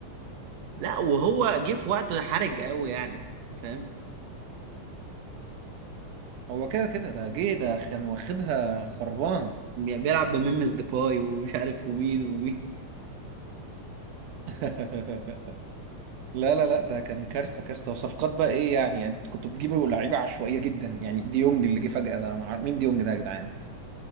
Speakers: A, on the right; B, on the right.
A: لا وهو جه في وقت حرج قوي يعني فاهم
B: هو كده كده ده جه ده كان واخدها خربانة
A: بي- بيلعب بميمس ديباي ومش عارف ومين ومين
B: <laughs> لا لا لا ده كان كارثة كارثة وصفقات بقى ايه يعني انت كنت بتجيبوا لعيبة عشوائية جدا يعني ديونج اللي جه فجأة ده مع... مين ديونج ده يا جدعان